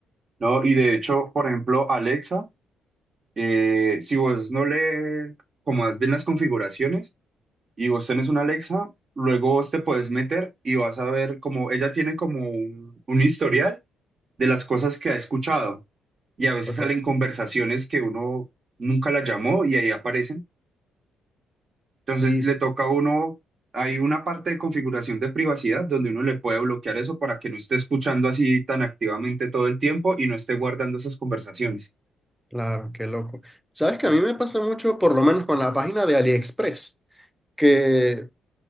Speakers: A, on the right (about 40°); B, in the centre.
A: ¿No? Y de hecho, por ejemplo, Alexa, Eh, si vos no le comas bien las configuraciones y vos tenés una Alexa, luego vos te puedes meter y vas a ver como ella tiene como un, un historial de las cosas que ha escuchado y a veces
B: Okay.
A: salen conversaciones que uno nunca la llamó y ahí aparecen. Entonces
B: Sí,
A: le
B: sí,
A: toca a uno, hay una parte de configuración de privacidad donde uno le puede bloquear eso para que no esté escuchando así tan activamente todo el tiempo y no esté guardando esas conversaciones.
B: claro, qué loco. Sabes que a mí me pasa mucho, por lo menos con la página de AliExpress, que